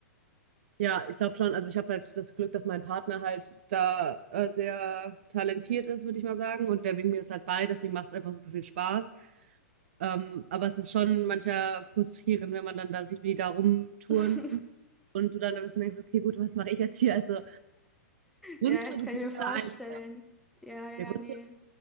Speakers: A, on the right (about 50°); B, in the centre.
A: Ja, ich glaube schon, also ich habe halt das Glück, dass mein Partner halt da äh, sehr talentiert ist, würde ich mal sagen. Und der bringt mir das halt bei, deswegen macht es einfach super viel Spaß. Ähm, aber es ist schon manchmal frustrierend, wenn man dann da sieht, wie die da rumtouren
B: <laughs>
A: und du dann ein bisschen denkst, okay, gut, was mache ich jetzt hier? Also Grundstück
B: Ja, das
A: ist
B: kann ich
A: mega
B: mir vorstellen.
A: ein.
B: Ja, ja,
A: Der Grundstück
B: nee.
A: ist